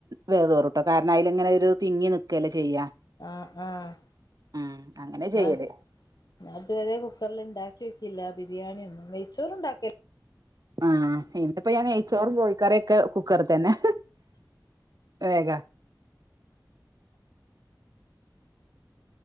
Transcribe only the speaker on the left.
ആഹ് ആഹ്
ഞ ഞാൻ ഇതുവരെ കുക്കറില് ഇണ്ടാക്കിയിട്ടില്ല. ബിരിയാണി ഒന്നും നെയ്ച്ചോറ് ഇണ്ടാക്കൽ.